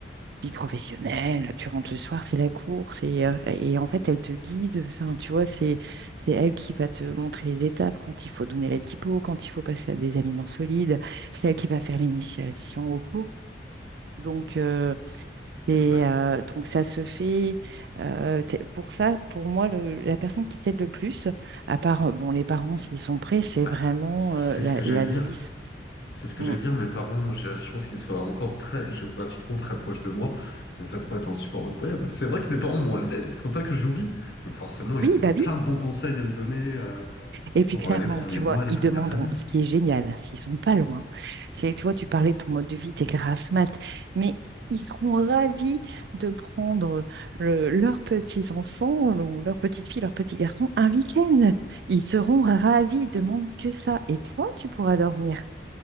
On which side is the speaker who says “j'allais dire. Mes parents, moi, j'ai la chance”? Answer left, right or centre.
Left